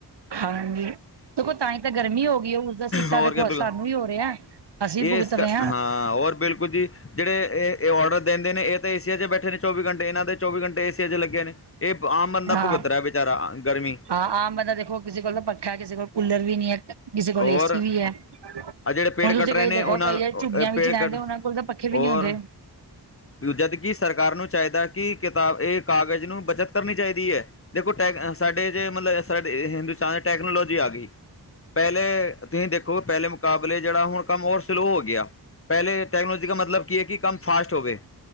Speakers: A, on the right; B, on the left.
A: ਹਾਂਜੀ ਦੇਖੋ ਤਾਂ ਹੀ ਤਾਂ ਗਰਮੀ ਹੋ ਗਈ ਹੈ ਉਸਦਾ ਸੀਟਾ
B: ਹੋਰ
A: ਦੇਖੋ
B: ਕ
A: ਸਾਨੂੰ ਹੀ ਹੋ ਰਿਹਾ। ਅਸੀਂ ਭੁਗਤ
B: ਇਸ
A: ਰਹੇ
B: ਕਰ ਹਾਂ ਹੋਰ ਬਿਲਕੁਲ ਜੀ। ਜਿਹੜੇ ਇਹ ਔਡਰ ਦਿੰਦੇ ਨੇ ਇਹ ਤੇ ਏਸੀਆ ਚ ਬੈਠੇ ਨੇ ਚੌਵੀ ਘੰਟੇ ਇਹਨਾਂ ਦੇ ਚੌਵੀ ਘੰਟੇ ਏਸੀਆ ਚ ਲੱਗੇ ਨੇ। ਇਹ ਆਮ ਬੰਦਾ
A: ਹਾਂ।
B: ਭੁਗਤ ਰਿਹਾ ਵਿਚਾਰਾ ਗਰਮੀ।
A: ਹਾਂ ਆਮ ਬਦਾ ਦੇਖੋ ਕਿਸੇ ਕੋਲ ਪੱਖਾ, ਕਿਸੇ ਕੋਲ ਕੂਲਰ ਵੀ ਨੀ ਹੈ, ਕਿਸੇ ਕੋਲ
B: ਔਰ
A: ਏਸੀ ਵੀ ਹੈ। ਹੁਣ
B: ਆ ਜਿਹੜੇ ਪੇੜ ਕੱਟ
A: ਤੁਸੀਂ
B: ਰਹੇ
A: ਕਈ
B: ਨੇ
A: ਦੇਖੋ
B: ਉਹਨਾਂ
A: ਕਈਆਂ
B: ਨੂੰ
A: ਝੁੱਗੀਆਂ ਵਿੱਚ
B: ਪੇੜ
A: ਰਹਿੰਦੇ
B: ਕੱਟ
A: ਉਹਨਾਂ ਕੋਲ ਤਾਂ ਪੱਖੇ ਵੀ ਨੀ
B: ਔਰ
A: ਹੁੰਦੇ।
B: ਜਦਕਿ ਸਰਕਾਰ ਨੂੰ ਚਾਹੀਦਾ ਕਿ ਕਿਤਾਬ ਇਹ ਕਾਗਜ਼ ਨੂੰ ਬੱਚਤ ਕਰਨੀ ਚਾਹੀਦੀ ਹੈ। ਦੇਖੋ ਟੈਕ ਸਾਡੇ ਜ ਮਤਲਬ ਸਾਡੇ ਹਿੰਦੁਸਤਾਨ ਟੈਕਨੋਲੋਜੀ ਆ ਗਈ। ਪਹਿਲੇ ਤੁਸੀਂ ਦੇਖੋ ਪਹਿਲੇ ਮੁਕਾਬਲੇ ਜਿਹੜਾ ਹੁਣ ਕੰਮ ਹੋਰ ਸਲੋ ਹੋ ਗਿਆ ਪਹਿਲੇ ਟੈਕਨੋਲੋਜੀ ਦਾ ਮਤਲਬ ਕੀ ਹੈ ਕਿ ਕੰਮ ਫਾਸਟ ਹੋਵੇ